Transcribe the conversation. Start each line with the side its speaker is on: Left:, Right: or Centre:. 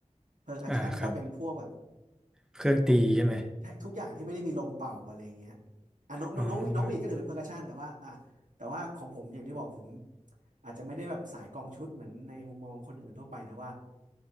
Right: เพอร์คัชชันก็เป็นพวกแบบ
Centre: อ่าครับเครื่องตีใช่ไหม
Right: ทุกทุกอย่างที่ไม่ได้มีลมเป่าอะไรอย่างเงี้ยอ่ะนกนกนกหวีดนกหวีดก็ถือเป็นเพอร์คัชชันแต่ว่าอ่ะแต่ว่าของผมอย่างที่บอกผม
Centre: อ๋อ
Right: อาจจะไม่ได้แบบสายกองชุดเหมือนในมุมมองคนอื่นทั่วไปแต่ว่า